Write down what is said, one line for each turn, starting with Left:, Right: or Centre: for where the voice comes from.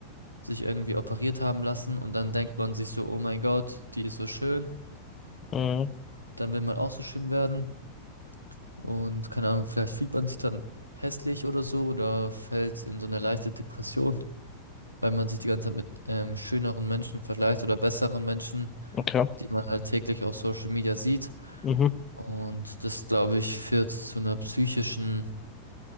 Right: sich irgendwie operiert haben lassen und dann denkt man sich so, oh mein Gott, die ist so schön,
Left: mhm,
Right: dann will man auch so schön werden und keine Ahnung, vielleicht fühlt man sich dann hässlich oder so oder fällt in so eine leichte Depression, weil man sich die ganze Zeit mit ähm, schöneren Menschen vergleicht oder besseren Menschen,
Left: okay.
Right: die man halt täglich auf Social Media sieht.
Left: Mhm,
Right: Und das, glaube ich, führt zu einer psychischen